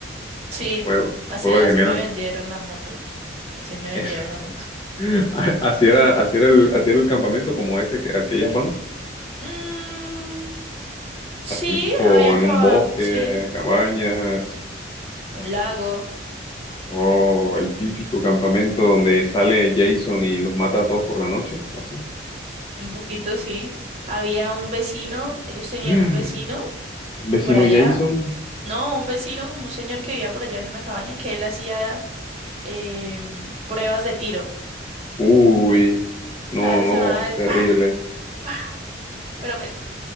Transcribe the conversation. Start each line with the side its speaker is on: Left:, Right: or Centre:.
Right: Sí,
Left: Juego,
Right: así,
Left: Juego
Right: así
Left: de Gemelas.
Right: me vendieron la moto. Así me vendieron
Left: Ese.
Right: la moto.
Left: <laughs> Así era, así era el, así era el campamento como ese que, al que ellas van.
Right: Mm, sí,
Left: Así tipo
Right: habían
Left: en
Right: cava,
Left: un bosque,
Right: sí,
Left: cabañas,
Right: un lago,
Left: o el típico campamento donde sale Jason y los mata a todos por la noche, así.
Right: un poquito sí. Había un vecino, ellos tenían
Left: <gasps>
Right: un vecino
Left: Vecino
Right: por allá.
Left: Jason,
Right: No, un vecino como un señor que vivía por allá en una cabaña que él hacía em, pruebas de tiro.
Left: uy, no,
Right: A veces
Left: no,
Right: sonaba el
Left: terrible.
Right: pa, pa, pero pues